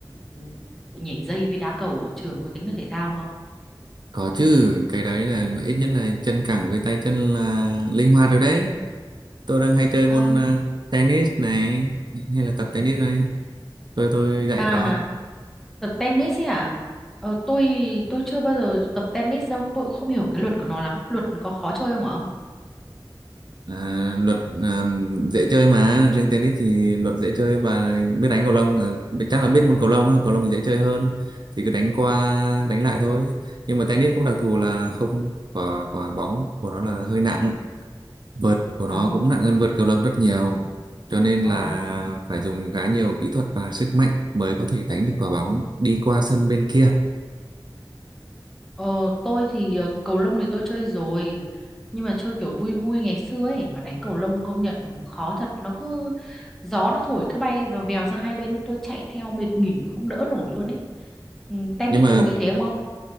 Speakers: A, in the centre; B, on the right.
A: ừ, nhảy dây với đá cầu ở trường có tính là thể thao không ông?
B: Có chứ, cái đấy là ít nhất là chân cẳng với tay chân là linh hoạt rồi đấy. Tôi đang hay chơi
A: Ờ,
B: môn à, tennis này hay là tập tennis này. Tôi tôi dạy
A: À,
B: cho.
A: tập tennis ấy à? Ờ, tôi tôi chưa bao giờ tập tennis đâu, tôi cũng không hiểu cái luật của nó lắm. Luật có khó chơi không hả ông?
B: À, luật à, dễ chơi mà, riêng tennis thì luật dễ chơi và biết đánh cầu lông, à, chắc là biết môn cầu lông, á, cầu lông thì dễ chơi hơn. Thì cứ đánh qua đánh lại thôi. Nhưng mà tennis có đặc thù là không quả quả bóng của nó là hơi nặng vợt của
A: Ồ,
B: nó cũng nặng hơn vợt cầu lông rất nhiều cho nên
A: ồ.
B: là phải dùng khá nhiều kỹ thuật và sức mạnh mới có thể đánh được quả bóng đi qua sân bên kia
A: Ờ, tôi thì ờ, cầu lông thì tôi chơi rồi nhưng mà chơi kiểu vui vui ngày xưa ấy mà đánh cầu lông công nhận khó thật nó cứ gió nó thổi cứ bay vèo vèo sang hai bên ấy tôi chạy theo mệt nghỉ không đỡ nổi luôn ấy ừ, tennis
B: nhưng mà
A: thì có bị thế không ông